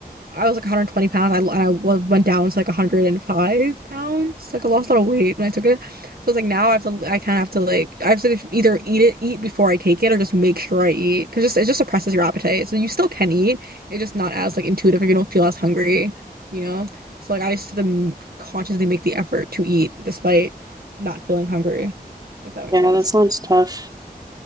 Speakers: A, on the right; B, on the right.
A: I was like 120 pounds. I and I wa- went down to like 105 pounds. Like I lost a lot of weight when I took it. So it's like now I have to. I kind of have to like I have to like, either eat it, eat before I take it, or just make sure I eat because just it just suppresses your appetite. So you still can eat. It's just not as like intuitive. If you don't feel as hungry, you know. So like I used to m- consciously make the effort to eat despite not feeling hungry. If that makes
B: Yeah,
A: sense.
B: that sounds tough.